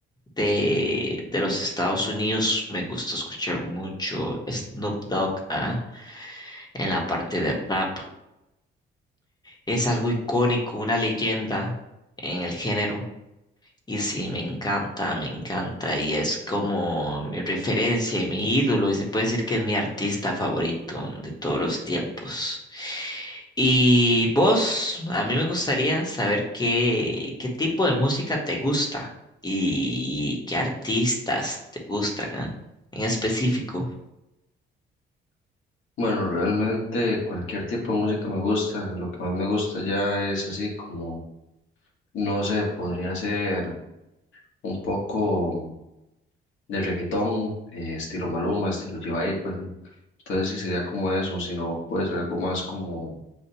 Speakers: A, on the left (about 20°); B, on the left (about 75°).
A: de, de los Estados Unidos me gusta escuchar mucho Snoop Dogg, ah, En la parte de rap. Es algo icónico, una leyenda en el género. Y sí, me encanta, me encanta y es como mi referencia, y mi ídolo y se puede decir que es mi artista favorito de todos los tiempos. Y vos, a mí me gustaría saber qué, qué tipo de música te gusta y qué artistas te gustan, ah, En específico,
B: Bueno, realmente cualquier tipo de música me gusta. Lo que más me gusta ya es así como, no sé, podría ser un poco de reggaetón, eh, estilo Maluma, estilo J Balvin. Entonces sí sería como eso, sino pues algo más como